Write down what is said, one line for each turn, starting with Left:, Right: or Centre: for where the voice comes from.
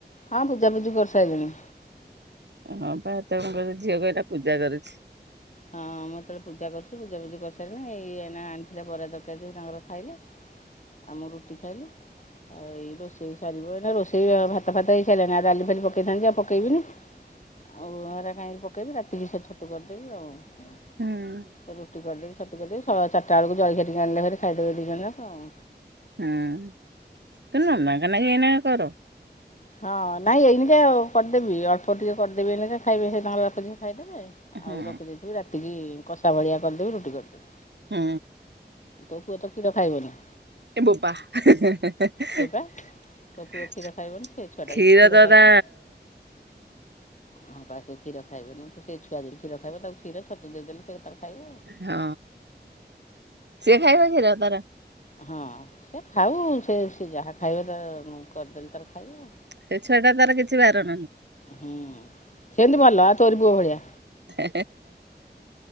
Left: ହଁ ପୂଜାପୁଜିି କରି ସାରିଲିଣି।
Right: ହଁ ପା ଏତେଜଣ କହିଲେ ଝିଅକୁ ଏଟା ପୂଜା କରୁଛି।
Left: ହଁ ମୁଁ ହେତେବେଳେ ପୂଜା କରୁଛି ପୂଜା ପୂଜି କରିସାରିଲିଣି ଇଏ ଏଇନା ଆଣିଥିଲେ ବରା ଦରକାରୀ ତାଙ୍କର ଖାଇଲେ। ମୁଁ ରୁଟି ଖାଇଲି ଆଉ ଏଇ ରୋଷେଇ ସରିବ ରୋଷେଇ ଭାତ ଫାତ ହେଇ ସାରିଲଣି ଡାଲି ଫାଲି ପକେଇଥାନ୍ତି ଆଉ ପକେଇବିନି। ଆଉ ହରା କାଇଁକି ପକେଇବି ରାତିକି ସେ ଛତୁ କରିଦେବି ଆଉ ସେ
Right: ହୁଁ।
Left: ରୁଟି କରିଦେଇବି। ଛତୁ କରିଦେବି ସବା ଚାରିଟା ବେଳକୁ ଜଳଖିଆ ଟିକେ ଆଣିଲେ ଖାଇଦବେ ଦିଇ ଜଣ ଯାକ ଆଉ।
Right: ହୁଁ ତୁ ନନାକନ ନାଗି ଏନା କର।
Left: ହଁ ନାଇଁ ଏଇନିକେ କରିଦେବି ଅଳ୍ପ ଟିକେ କରିଦେବି ଏନିକେ ଖାଇବେ ସେ ତାଙ୍କର ଭତହନିରେ ଖାଇଦେବେ।
Right: ହୁଁ
Left: ଆଉ ରଖିଦେଇଥିବି ରାତିକି କଷା ଭଳିଆ କରିଦେବି ରୁଟି କରିଦେବି।
Right: ହୁଁ।
Left: ତୋ ପୁଅ ତ ଖିର ଖାଇବନି?
Right: ଏ ବୋପା କ୍ଷୀର
Left: ସେଇପା ତୋ ପୁଅ କ୍ଷୀର ଖାଇବନି ସେ ଛୁଆଟା ଯଦି କ୍ଷୀର
Right: ତ
Left: ଖାଇବ
Right: ତା
Left: ହଁ ବା ସେ ଖିର ଖାଇବନି ସେ ଛୋଟ କୁ ଦେଇ କ୍ଷୀର ଖାଇବ ତାକୁ କ୍ଷୀର ତୁ ଦେଇ ଦେଲେ ସେ ଖାଇବ। ଆଉ।
Right: ହଁ ସିଏ ଖାଇବା କ୍ଷୀର ତାର
Left: ହଁ ସେ ଖାଉ ସେ ସେ ଯାହା ଖାଇବ ତା କରିଦେଲେ ତାର ଖାଇବ ଆଉ।
Right: ସେ ଛୁଆଟା ତାର କିଛି ବାରଣ
Left: ହୁଁ ସେମିତି ଭଲ ତୋରି ପୁଅ ଭଳିଆ।
Right: ନାହିଁ